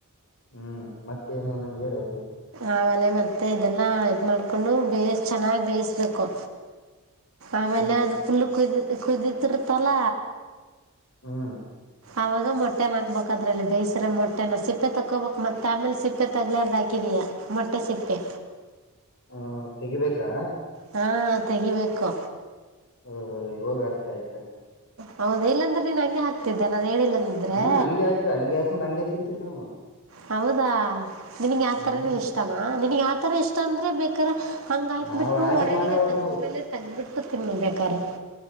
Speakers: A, on the left; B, on the right.
A: ಹ್ಮ್ ಮತ್ತೇನೇನು ಹೇಳಿ ಹಂಗೆ
B: ಆಮೇಲೆ ಮತ್ತೆ ಇದನ್ನ ಇದ ಮಾಡಕೊಂಡು ಬೇಯ ಚೆನ್ನಾಗ ಬೇಯಿಸ್ಬೇಕು ಆಮೇಲೆ
A: ಹ್ಮ್
B: ಒಂದು ಫುಲಕುದಿ ಕುದತಿರ್ತಲ
A: ಹಾ
B: ಅವಾಗ ಮೊಟ್ಟೆನ ಹಾಕ್ಬೇಕ್ ಅದ್ರಲ್ಲಿ ಬೇಯಸ್ರ ಮೊಟ್ಟೆನ ಸಿಪ್ಪೆ ತಕೋಬೇಕ್ ಮತ್ತ ಆಮೇಲ ಸಿಪ್ಪೆ ತಗ್ಲಾರ್ದಾಕಿ ಹಾಕಿದಿಯಾ ಮೊಟ್ಟೆ ಸಿಪ್ಪೆ
A: ಹ ತೆಗಿಬೇಕಾ
B: ಹಾ ತೆಗಿಬೇಕು
A: ಹ ಹ ಇವಾಗ ಅರ್ಥ ಆಯ್ತು
B: ಹೌದ ಇಲ್ಲಾಂದ್ರೆ ನೀನ್ ಹಂಗೆ ಹಾಕತಿದ್ದೆಲ್ಲ ನಾನ್ ಹೇಳಿಲ್ಲ ಅಂದ್ರೆ
A: ಹ್ಮ್ ಹಂಗೆ ಹಾಕ್ಬೇಕ ಹಂಗೆ ಹಾಕೊಂಡ್ ಹಂಗೆ ತಿಂತೀವಿ ನಾವು
B: ಹೌದಾ ನಿನಗ್ ಯಾವತರನ
A: ಹ್ಮ್
B: ಇಷ್ಟನಾ ನಿನ್ಗ್ ಯಾವತರ ಇಷ್ಟ ಅಂದ್ರೆ ಬೇಕ್ರ ಹಂಗ ಹಾಕ್ಬಿಟ್ಟು
A: ನಾವು ಆದಿ
B: ಹೊರಗಡೆ
A: ಮಾನವರು
B: ತೇಗದ್ಮೇಲೆ
A: ನಾವು
B: ತಂದ್ಬಿಟ್ಟು ತಿನ್ನು ಬೇಕಾದ್ರೆ